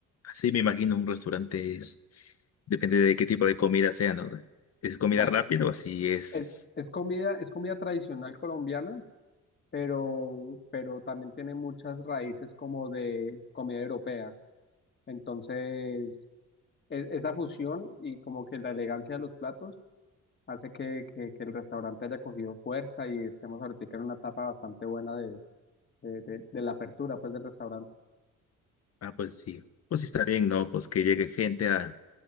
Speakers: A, on the left; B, on the left.
A: sí, me imagino un restaurante es, depende de qué tipo de comida sea, ¿no? ¿Es comida
B: Claro,
A: rápida o así es?
B: es, es comida, es comida tradicional colombiana, pero, pero también tiene muchas raíces como de comida europea. Entonces, e- esa fusión y como que la elegancia de los platos hace que, que- que el restaurante haya cogido fuerza y estemos ahorita en una etapa bastante buena de, de- de- de la apertura, pues, del restaurante.
A: Ah, pues sí, pues sí está bien, ¿no? Pues que llegue gente a,